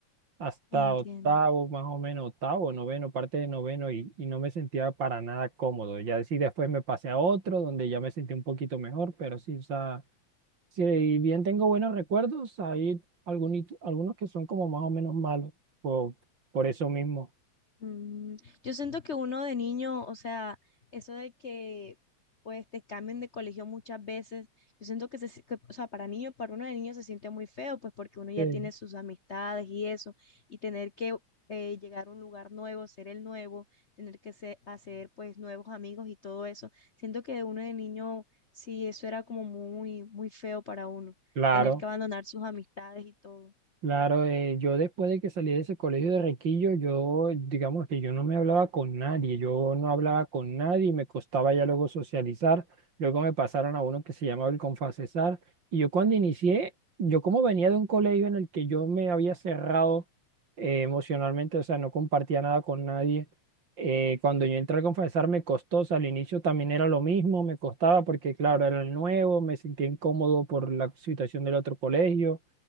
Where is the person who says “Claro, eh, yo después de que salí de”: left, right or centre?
Right